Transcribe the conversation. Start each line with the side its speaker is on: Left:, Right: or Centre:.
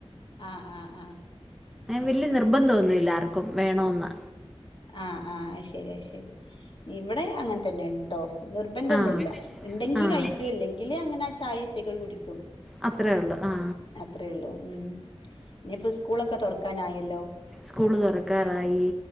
Left: ആഹ് ആഹ ആഹ
Centre: വല്ിയ നിർബന്ധം ഒന്നുമ ഇല്ലാർക്കും ും വേണമന്ന്
Left: ആഹ് ആഹ ശരിയ ശരി ഇവിടെ അങ്ങനെ തന്നെ ഉട്ടോ നിർബന്ധൊന്നുമല്ല
Centre: ആഹ്
Left: ഉണ്ടെങ്കി
Centre: ആഹ്
Left: കഴിക്ക ഇല്ലെങ്കിൽ അങ്ങനെ ആ ചായ ികൾ കുടിക്കും
Centre: അത്രേ ഉള്ളു ആഹ
Left: അത്രേ ഉള്ളൂ ഉം ഇനിപ്പോ സ്കൂളൊക്കെ തുറക്കാനായല്ലോ
Centre: സ്കൂള് തുറക്കാറായി